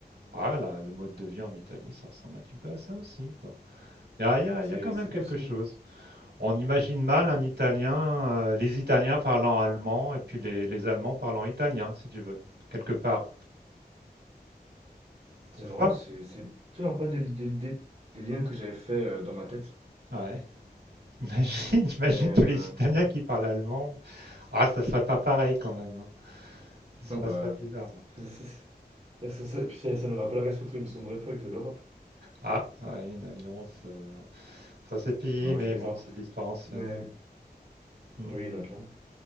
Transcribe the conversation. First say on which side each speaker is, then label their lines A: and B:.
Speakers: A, on the right; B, on the right.
A: Ah là, le mode de vie en Italie, ça ressemble un petit peu à ça aussi, quoi. Il y a, il y a-
B: c'est
A: il y a quand même
B: c'est
A: quelque
B: possible.
A: chose. On imagine mal un Italien, euh, les Italiens parlant allemand et puis les, les Allemands parlant italien, si tu veux, quelque part. Tu trouves
B: C'est marrant,
A: pas?
B: c'est c'est toujours pas des, des, des- des liens que j'avais fait euh, dans ma tête.
A: Ouais. <laughs> Imagine, imagine
B: Mais euh,
A: tous les Italiens qui parlent allemand. Ah, ça serait pas pareil quand même. hein. Ça
B: bon, bah.
A: serait serait bizarre. hein.
B: Ça, ça, ça- ça- ça- puis ça- ça nous rappellerait surtout une sombre époque de l'Europe.
A: Ah, ouais, une alliance euh, entre ces pays,
B: Non,
A: mais
B: je plaisante.
A: bon, c'est de l'histoire ancienne.
B: Mais
A: Hmm.
B: oui, non, clairement.